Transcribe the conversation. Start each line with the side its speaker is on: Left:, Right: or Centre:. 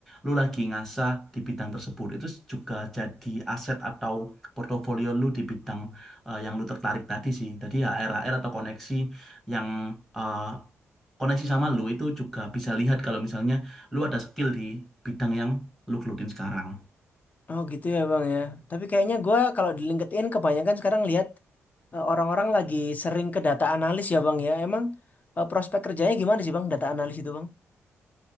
Centre: lu lagi ngasah di bidang tersebut itu juga jadi aset atau portofolio lu di bidang eh, yang lu tertarik tadi sih tadi hr r atau koneksi yang eh, koneksi sama lu itu juga bisa lihat kalau misalnya lu ada skill di bidang yang lu gelutin sekarang
Left: Oh gitu ya bang ya. Tapi kayaknya gua kalau di LinkedIn kebanyakan sekarang lihat eh, orang-orang lagi sering ke data analis ya bang ya. Emang eh, prospek kerjanya gimana sih bang data analis itu bang?